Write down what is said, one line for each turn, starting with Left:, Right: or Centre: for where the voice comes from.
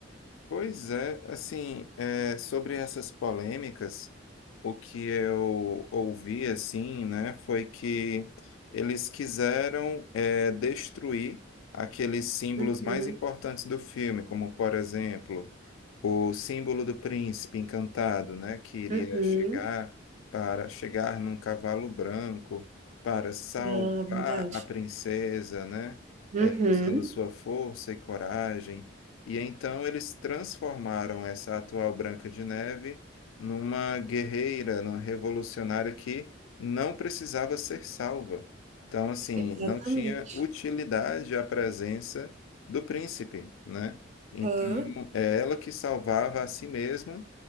Left: Pois é, assim, é, sobre essas polêmicas, o que eu ouvi, assim, né, foi que eles quiseram, é, destruir aqueles símbolos
Right: Uhum,
Left: mais importantes do filme, como, por exemplo, o símbolo do príncipe encantado, né, que iria
Right: uhum,
Left: chegar para chegar num cavalo branco para salvar
Right: ah, verdade.
Left: a princesa, né,
Right: Uhum,
Left: é, usando sua força e coragem. E então eles transformaram essa atual Branca de Neve numa guerreira, numa revolucionária que não precisava ser salva. Então, assim,
Right: exatamente.
Left: não tinha utilidade a presença do príncipe, né? Então,
Right: Hã?
Left: é ela que salvava a si mesma